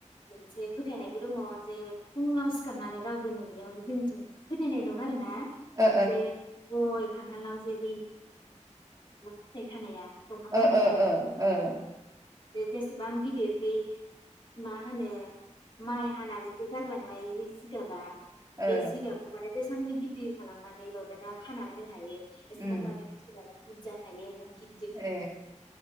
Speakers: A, on the left; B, on the right.
A: मोनसे फोथायनायबो दङ जे फुङाव सिखारनानै रावबो नुयियावनो जोंनिथिं फोथायनाय दं आरो ना
B: ओ
A: जे गय खान्थालाव जे बै फिथाइ खानाया दंफां
B: औ
A: खानाया
B: औ
A: जेसेबां गिदिर बै मा होनो माइ हानानानै गारलांनाय जिगाबा
B: ओ
A: बेे जिगाबखौ माने जेसांनि गिदिर खालामनानै ल'दा दा खानानै होनो हायो एसेबां
B: उम
A: माने फिथाइ बुरजा थायो‌‌ ओमफ्राय गि
B: ए